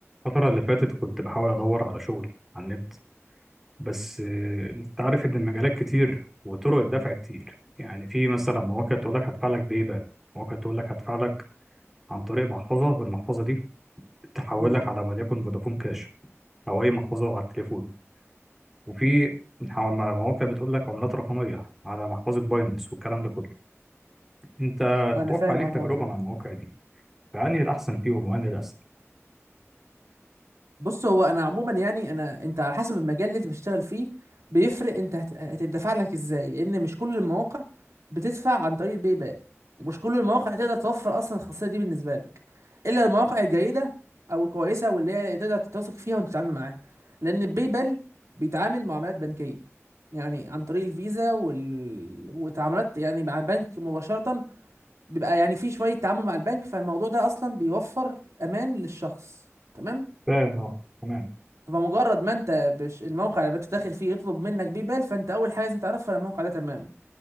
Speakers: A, in the centre; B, on the right.
A: الفترة اللي فاتت كنت بحاول أدور على شغل على النت بس آه، أنت عارف إن المجالات كتير وطرق الدفع كتير يعني في مثلا مواقع تقول لك هدفع لك باي بال، مواقع تقول لك هدفع لك عن طريق محفظة والمحفظة دي تحول
B: مم.
A: لك على وليكن فودافون كاش أو أي محفظة على التليفون وفي ح- مواقع بتقول لك عملات رقمية على محفظة باينانس والكلام ده كله أنت
B: انا
A: أتوقع
B: فاهم
A: ليك
B: أنا الحوار
A: تجربة
B: ده
A: مع المواقع دي فأنهي الأحسن فيهم وأنهي الأسهل؟
B: بص هو انا عموما يعني انا انت على حسب المجال اللي انت بتشتغل فيه بيفرق انت هت- هتدفع لك ازاي لان مش كل المواقع بتدفع عن طريق الباي بال ومش كل المواقع هتقدر توفر اصلا الخاصيه دي بالنسبه لك الا المواقع الجيده او الكويسه واللي هي تقدر تتوثق فيها وانت تتعامل معاها لان الباي بال بيتعامل معاملات بنكيه يعني عن طريق الفيزا وال... وتعاملات يعني مع البنك مباشره بيبقى يعني في شوية تعامل مع البنك فالموضوع ده أصلا بيوفر أمان للشخص تمام
A: فاهم أه تمام
B: فمجرد ما أنت بش الموقع اللي أنت داخل فيه يطلب منك بيبال فأنت أول حاجة لازم تعرفها إن الموقع ده تمام